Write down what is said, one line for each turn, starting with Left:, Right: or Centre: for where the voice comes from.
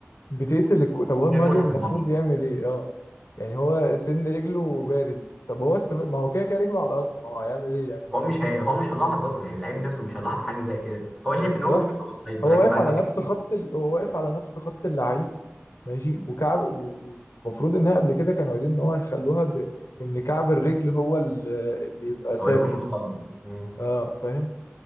Left: بتقتل الكو... طب هو المهاجم
Centre: دي المتعة
Left: المفروض
Centre: في الماتش
Left: يعمل ايه اه يعني هو سن رجله بارز طب هو استفاد ما هو كده كده رجله على الارض ما هو هيعمل ايه يعني
Centre: هو مش هي... هو مش هيلاحظ أصلا يعني اللعيب نفسه مش هيلاحظ حاجة زي كده هو شايف
Left: بالظبط
Centre: إن هو مش في الأوفسايد ولكن
Left: هو واقف
Centre: مع
Left: على
Centre: ذلك
Left: نفس خط ال... هو واقف على نفس خط اللعيب ماشي وكعب ومفروض ان هي قبل كده كانوا قايلين ان هو هيخلوها ب... ان كعب الرجل هو ال- اللي يبقى ثابت
Centre: هو يكون متقدم مم.
Left: اه فاهم